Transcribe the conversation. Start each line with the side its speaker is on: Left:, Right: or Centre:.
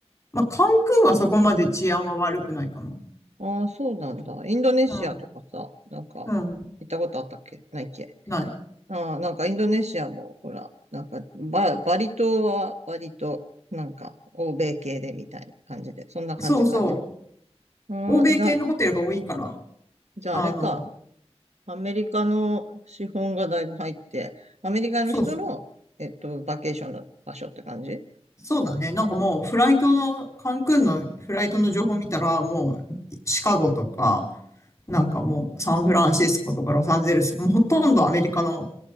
Left: まあ、カンクンはそこまで治安は悪くないかな。
Right: ああ、そうなんだ。インドネシアとかさ、
Left: うん。
Right: なんか、
Left: うん。
Right: 行ったことあったっけないっけ
Left: ない。
Right: ああ、なんかインドネシアも、ほら、なんかバ、バリ島は割と、なんか、欧米系でみたいな感じで、そんな感じかね。
Left: そうそ
Right: ああ、
Left: う。欧米系のホテルが多いから、
Right: だ、じゃああれか、
Left: あの、
Right: アメリカの資本がだいぶ入って、アメリカの人の、
Left: そうそう。
Right: えっと、バケーションの場所って感じ
Left: そうだね。なんかもう、フライトの、カンクンのフライトの情報見たら、もう、シカゴとか、なんかもう、サンフランシスコとかロサンゼルスもうほとんどアメリカの